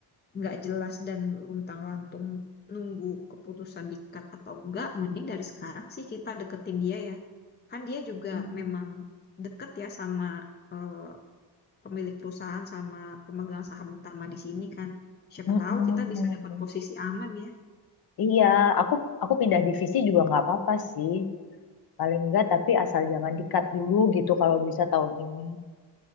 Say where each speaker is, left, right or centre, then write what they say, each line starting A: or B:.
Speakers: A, on the left; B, on the left.
A: nggak jelas dan luntang-lantung nunggu keputusan dikat atau enggak, mending dari sekarang sih kita deketin dia ya. Kan dia juga
B: Hmm.
A: memang deket ya sama eh, pemilik perusahaan sama pemegang saham utama di sini kan. Siapa
B: Mm-mm.
A: tahu kita bisa dapat posisi aman ya.
B: Iya, aku aku pindah divisi juga nggak apa-apa sih. Paling nggak tapi asal jangan dikat dulu gitu kalau bisa tahun ini.